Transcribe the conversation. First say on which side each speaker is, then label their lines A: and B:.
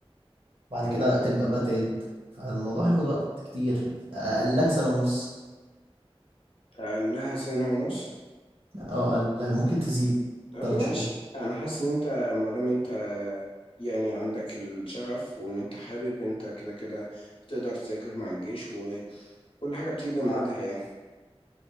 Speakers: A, on the right (about 60°); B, on the left (about 60°).
A: بعد
B: مم.
A: كده تبدا بقى تعد فالموضوع هياخد وقت كتير اقلها سنه ونص
B: قال لها سنه ونص
A: او اقلها ممكن تزيد
B: طب
A: ثلاث
B: ماشي
A: شهور
B: انا حاسس ان انت ما دام انت يعني عندك الشغف وان انت حابب انت كده كده تقدر تذاكر مع الجيش وكل حاجه بتيجي بميعادها يعني